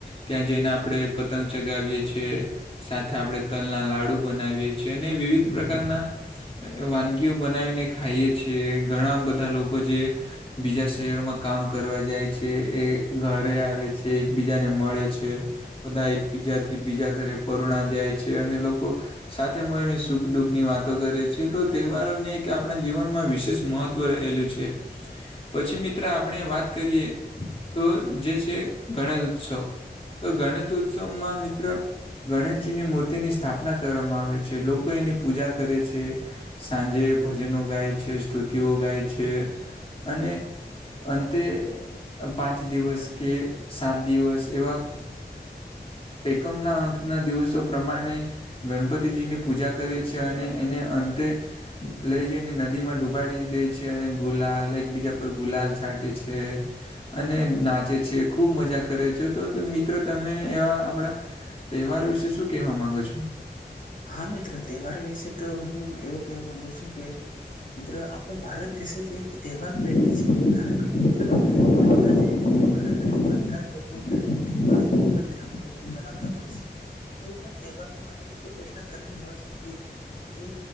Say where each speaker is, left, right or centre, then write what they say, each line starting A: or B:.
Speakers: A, on the left; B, on the left.
A: ત્યાં જઈને આપણેે પતંગ ચગાવીએ છીએ. સાથે આપણે તલના લાડુ બનાવીએ છીએ અને વિવિધ પ્રકારના વાનગીઓ બનાવીને ખાઈએ છે. ઘણા બધા લોકો જે બીજા શહેરોમાં કામ કરવા જાય છે એ ઘરે આવે છે એકબીજાને મળે છે. બધા એકબીજાથી બીજા ઘરે પરુણા જાય છે અને લોકો સાથે મળે એની સુખ દુઃખ ની વાતો કરે છે તો તહેવારોને એક આપણા જીવનમાં વિશેષ મહત્વ‌ રહેલું છે. પછી મિત્ર આપણે વાત કરીએ તો જે છે ગણેશ ઉત્સવ તો ગણેશ ઉત્સવમાં મિત્ર ગણેશજીની મૂર્તિની ની સ્થાપના કરવામાં આવે છે. લોકો એની પૂજા કરે છે. સાંજે ભજનો ગાય છે સ્તુતિઓ ગાય છે અને અંતે પાંચ દિવસ કે સાત દિવસ એવા એકમના અંકના દિવસો પ્રમાણે ગણપતિજીની પૂજા કરે છે અને એને અંતે લઈ જઈને નદીમાં ડુબાડી દે છે અને ગુલાલ એકબીજા પર ગુલાલ છાંટે છે. અને નાચે છે ખુબ મજા કરે છે. તો મિત્રો તમે તમે એવા આપડા તહેવારો વિશે શું કેહેવા માંગુ છો?
B: હા મિત્રો તહેવાર વિશે તો હું એવું કેવા માંગુ છું કે મિત્ર આપણો ભારત દેશ જ એક <unintelligible> પ્રેમી છે, કારણ કે તો ભારતથી બધા જ લોકો તહેવારો ખુબ જ ધામધૂમથી મનાવતા હોય છે. કોઈ પણ તહેવારમાં એ લોકો એટલા તલીન હોય છે, કે એ